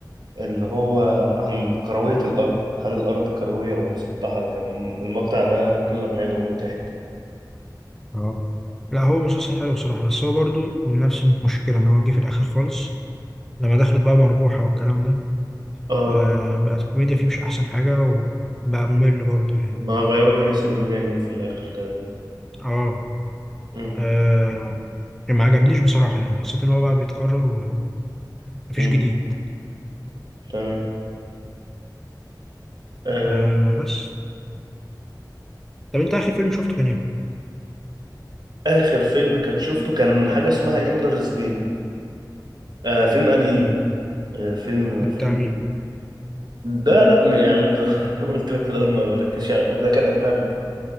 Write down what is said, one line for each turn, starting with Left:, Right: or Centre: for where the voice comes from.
Right: اللي هو عن كروية الأرض هل الأرض كروية أو مسطحة كان المقطع ده كل ما يدعو من الضحك
Centre: اه لا هو مسلسل حلو بصراحه بس هو برضو نفس المشكله ان هو جه في الاخر خالص لما دخلت بقى مربوحة والكلام ده
Right: اه
Centre: آه بقت الكوميديا فيه مش أحسن حاجة وبقى ممل برضو يعني
Right: ما غيروا دنيا سمير غانم في الآخر تقريبا
Centre: آه,
Right: مم.
Centre: آه ما عجبنيش بصراحة يعني حسيت إن هو بقى بيتكرر و- ومفيش
Right: مم.
Centre: جديد
Right: تمام آه.
Centre: آه بس طب أنت آخر فيلم شفته كان إيه؟
Right: آخر فيلم كان شفته كان حاجة اسمها إندرز جيم آه. فيلم قديم
Centre: يعني
Right: آه. فيلم
Centre: ده
Right: فيلم
Centre: بتاع مين؟
Right: ده لا م- يعني <laughs> زي ما قلت لك في الاول ما بركزش على- ده كان اجنبي